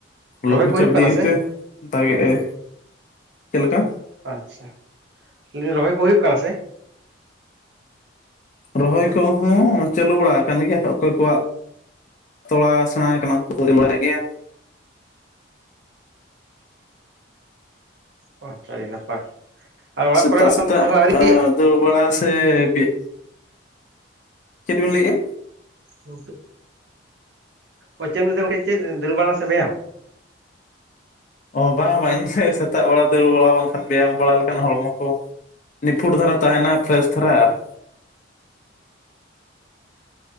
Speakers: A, on the right; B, on the left.
A: ᱨᱚᱦᱚᱭ
B: ᱞᱚᱜᱷᱩ
A: ᱠᱚ
B: ᱪᱟᱯ
A: ᱦᱩᱭᱩᱜ ᱠᱟᱱᱟ
B: ᱫᱤᱭᱮ
A: ᱥᱮ?
B: ᱛᱮ ᱫᱟᱜᱮᱜ ᱟᱭ ᱪᱮᱫ ᱞᱮᱠᱟ
A: ᱟᱪᱪᱷᱟ᱾ ᱞᱮᱫᱤᱧ ᱨᱚᱦᱚᱭ ᱠᱚ ᱦᱩᱭᱩᱜ ᱠᱟᱱᱟ ᱥᱮ?
B: ᱨᱚᱦᱚᱭ ᱠᱚᱦᱚᱸ ᱪᱟᱹᱞᱩ ᱵᱟᱲᱟ ᱟᱠᱟᱱ ᱜᱮᱭᱟ ᱚᱠᱚᱭ ᱠᱚᱣᱟᱜ ᱛᱚᱲᱟ ᱥᱮᱬᱟ ᱠᱟᱱᱟ <inaudible> ᱜᱭᱟ᱾
A: ᱚ ᱟᱪᱪᱷᱟ ᱟᱹᱰᱤ ᱱᱟᱯᱟᱭ ᱟᱨ ᱚᱲᱟᱜ
B: ᱥᱮᱛᱟᱜ
A: ᱠᱚᱨᱮᱱᱟᱜ
B: ᱥᱮᱛᱟᱜ
A: ᱫᱚ ᱛᱟᱦᱚᱞᱮ ᱟᱣᱨᱤᱭᱟᱜ-ᱟ?
B: ᱫᱟᱹᱲ ᱵᱟᱲᱟ ᱥᱮ ᱵᱤ ᱪᱮᱫ ᱵᱤᱱ ᱞᱟᱹᱭᱮᱜᱼᱟ?
A: ᱜᱚᱢᱠᱮ ᱚ ᱪᱮᱫ ᱮᱢ ᱞᱟᱹᱭ ᱮᱫᱟ ᱜᱚᱢᱠᱮ ᱪᱮᱫ ᱫᱟᱹᱲ ᱵᱟᱲᱟ ᱥᱮ ᱵᱮᱭᱟᱢ?
B: ᱚᱱᱠᱟ ᱵᱟᱝ ᱵᱟᱝ ᱥᱮᱛᱟᱜ ᱵᱮᱲᱟ ᱫᱟᱹᱲ ᱵᱟᱲᱟ ᱵᱟᱝᱠᱷᱟᱱ ᱵᱮᱭᱟᱢ ᱵᱟᱲᱟ ᱞᱮᱠᱷᱟᱱ ᱦᱚᱲᱢᱚ ᱠᱚ ᱱᱤᱯᱷᱩᱴ ᱫᱷᱟᱨᱟ ᱛᱟᱦᱮᱱᱟ ᱯᱷᱨᱮᱥ ᱫᱷᱟᱨᱟ ᱟᱨ